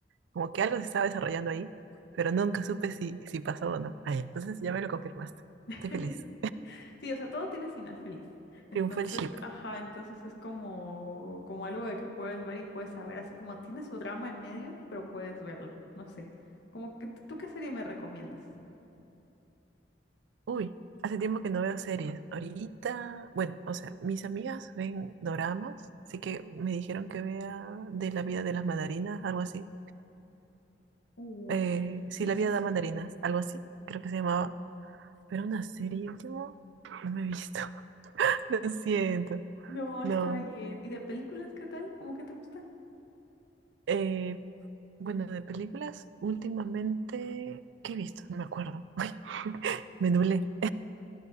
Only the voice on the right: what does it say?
como que algo se estaba desarrollando ahí, pero nunca supe si, si pasó o no. Ay, entonces ya me lo confirmaste.
Estoy feliz.
Triunfó el ship.
Uy, hace tiempo que no veo series. Ahorita, bueno, o sea, mis amigas ven doramas, así que me dijeron que vea de la vida de las mandarinas, algo así.
Eh,
sí, la
vida de
las mandarinas, algo así, creo que se llamaba. Pero una serie último, no me he visto. <laughs> Lo siento.
No.
Eh, Bueno, de películas, últimamente, ¿qué he visto? No me acuerdo. <laughs> Ay, me nublé.